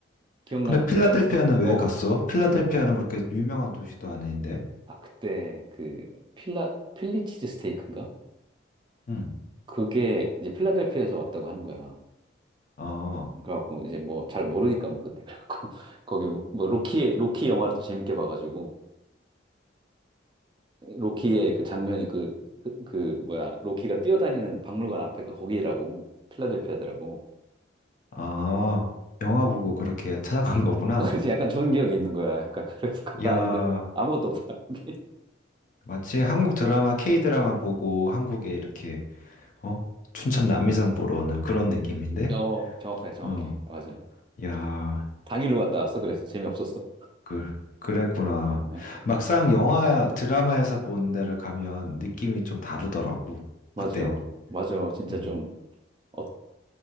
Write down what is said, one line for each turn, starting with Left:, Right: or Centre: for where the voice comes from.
Right: 기억 남는
Left: 근데 필라델피아는
Right: 데가 있어?
Left: 왜
Right: 어.
Left: 갔어? 필라델피아는 그렇게 유명한 도시도 아닌데.
Right: 아, 그때 그 필라 필리치즈 스테이크인가?
Left: 응.
Right: 그게 이제 필라델피아에서 왔다고 하는 거야.
Left: 어,
Right: 그래갖고 이제 뭐 잘 모르니까 뭐 그때 그래갖고 <laughs> 거기 뭐 로키의 로키 영화를 또 재밌게 봐가지고 로키의 그 장면이 그, 그, 그 뭐야 로키가 뛰어다니는 박물관 앞에가 거기라고 필라델피아더라고.
Left: 아, 영화
Right: 그래갖고
Left: 보고 그렇게 찾아간 거구나.
Right: <laughs> 이제 약간 좋은 기억이 있는 거야. 약간 <laughs> 그래서 갔다
Left: 야,
Right: 왔는데 아무것도 없더라. 거기.
Left: 마치 한국 드라마, K 드라마 보고 한국에 이렇게, 어? 춘천 남이섬 보러 오는 그런 느낌인데?
Right: <laughs> 어 정확해 정확해
Left: 어,
Right: 맞아.
Left: 야.
Right: 당일로 갔다 왔어. 그래서 재미없었어.
Left: 그, 그랬구나.
Right: 어.
Left: 막상 영화, 드라마에서 본 데를 가면 느낌이 좀 다르더라고.
Right: 맞아요.
Left: 어때?
Right: 맞아요. 진짜
Left: 음,
Right: 좀, 어,